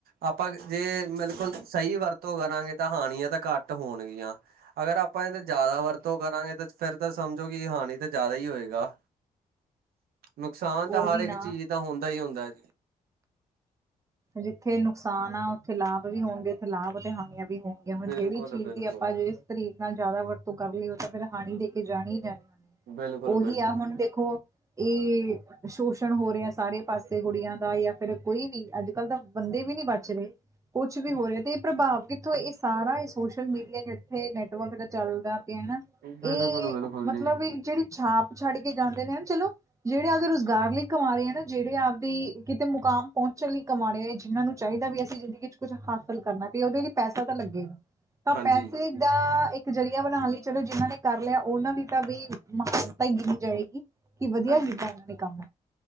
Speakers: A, on the right (about 80°); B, on the right (about 20°).
A: ਆਪਾਂ ਜੇ ਮਿਲਕੁਲ ਸਹੀ ਵਰਤੋਂ ਕਰਾਂਗੇ ਤਾਂ ਹਾਣੀਆਂ ਤਾਂ ਘੱਟ ਹੋਣਗੀਆਂ। ਅਗਰ ਆਪਾਂ ਏਦਾ ਜਾਦਾ ਵਰਤੋਂ ਕਰਾਂਗੇ ਤੇ ਫੇਰ ਤਾਂ ਸਮਝੋ ਕਿ ਹਾਣੀ ਤੇ ਜਾਦਾ ਹੀ ਹੋਏਗਾ। ਨੁਕਸਾਨ
B: ਉਹੀ
A: ਤਾਂ ਹਰ ਏਕ
B: ਨਾ
A: ਚੀਜ਼ ਦਾ ਹੁੰਦਾ ਈ ਹੁੰਦਾ ਐ।
B: ਜਿੱਥੇ ਨੁਕਸਾਨ ਆ ਉੱਥੇ ਲਾਭ ਵੀ ਹੋਣਗੇ, ਜਿਥੇ ਲਾਭ ਤੇ ਹਾਨੀਆਂ ਵੀ ਹੋਣ ਗੀਆਂ ਹੁਣ,
A: ਬਿਲਕੁਲ-ਬਿਲਕੁਲ,
B: ਜੇੜੀ ਚੀਜ਼ ਦੀ ਅਪਾਂ ਜੇ ਤਰੀਕ ਨਾਲ ਜਾਦਾ ਵਰਤੋਂ ਕਰ ਲੀ ਓ ਤਾਂ ਫਿਰ ਹਾਨੀ ਦੇ ਕੇ ਜਾਣੀ ਈ ਜਾਣੀ ਆ,
A: ਬਿਲਕੁਲ-ਬਿਲਕੁਲ।
B: ਓਹੀ ਆ ਹੁਣ ਦੇਖ ਖੋ ਈ ਸ਼ੋਸ਼ਣ ਹੋ ਰਿਆ ਸਾਰੇ ਪਾਸੇ ਕੁੜੀਆਂ ਦਾ ਯਾ ਫਿਰ ਕੋਈ ਵੀ ਅੱਜ ਕੱਲ ਤਾਂ ਬੰਦੇ ਵੀ ਨੀ ਬਚ ਰੇ। ਕੁਛ ਵੀ ਹੋਏ ਤੇ ਏ ਪ੍ਰਭਾਵ ਕਿੱਥੋਂ ਏ ਸਾਰਾ ਏ ਸੋਸ਼ਲ ਮੀਡੀਆ ਜਿਥੇ ਨੈਟਵਰਕ ਦਾ ਚੱਲਦਾ ਪਿਆ ਨਾ
A: ਬਿਲਕੁਲ
B: ਏ
A: ਬਿਲਕੁਲ
B: ਮਤਲਬ
A: ਜੀ।
B: ਇਹ ਜਿਹੜੀ ਛਾਪ ਛੱਡ ਕੇ ਜਾਂਦੇ ਨੇ ਨਾ ਚਲੋ ਜੇੜੇ ਆਪਦੇ ਰੁਜ਼ਗਾਰ ਲਈ ਕਮਾ ਰੇ ਐ ਨਾ ਜੇੜੇ ਆਪਦੀ ਕਿਤੇ ਮੁਕਾਮ ਪੋੰਚਣ ਲਈ ਕਮਾਣੇ ਜਿਨਾਂ ਨੂੰ ਚਾਈਦੈ ਵੀ ਅਸੀਂ ਜ਼ਿੰਦਗੀ ਚ ਕੁਛ ਹਾਸਲ ਕਰਨਾ ਤੀ ਓਦੇ ਲਈ ਪੈਸਾ ਤਾਂ ਲੱਗੇਗਾ। ਤਾਂ
A: ਹਾਂਜੀ
B: ਪੈਸੇ ਦਾ ਇੱਕ ਜ਼ਰੀਆ ਬਣਾਨ ਲਈ ਚਲੋ ਜਿਨਾਂ ਨੇ ਕਰ ਲਿ ਆ ਓਨਾਂ ਦੀ ਤਾਂ ਬਈ ਮਹਾਨਤਾ ਈ ਗਿਣੀ ਜਾਏਗੀ। ਕਿ ਵਧੀਆ
A: ਹਾਂਜੀ
B: ਕੀਤਾ ਓਨਾਂ ਦੇ ਕੰਮ